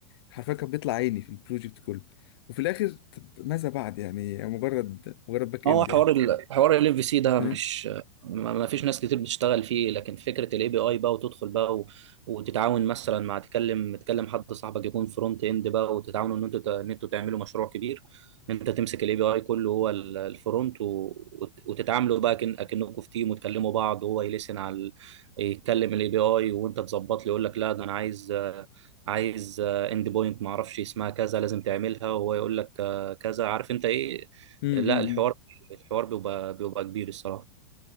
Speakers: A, on the left (about 55°); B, on the right (about 75°).
A: حرفيا كان بيطلع عيني في البروجكت كله وفي الاخر طب ماذا بعد يعني مجرد مجرد باك
B: ما
A: اند
B: هو حوار
A: يعني
B: ال... حوار ال في سي ده
A: <laughs> فاهم؟
B: مش ما ما فيش ناس كتير بتشتغل فيه لكن فكره الاي بي اي بقى وتدخل بقى و... وتتعاون مثلا مع تكلم تكلم حد صاحبك يكون فرونت اند بقى وتتعاونوا ان انتوا ت... ان انتوا تعملوا مشروع كبير ان انت تمسك الاي بي اي كله هو ال- الفرونت و... وت- وتتعاملوا بقى كن... كأنكم في تيم وتكلموا بعض وهو يلسن على ال- يتكلم الاي بي اي وانت تظبط لي يقول لك لا ده انا عايز آه، عايز اند بوينت ما اعرفش اسمها كذا لازم تعملها وهو يقول لك آه، كذا عارف انت ايه
A: امم
B: لا
A: أمم،
B: الحوار
A: أمم.
B: الحوار بيبقى بيبقى كبير الصراحه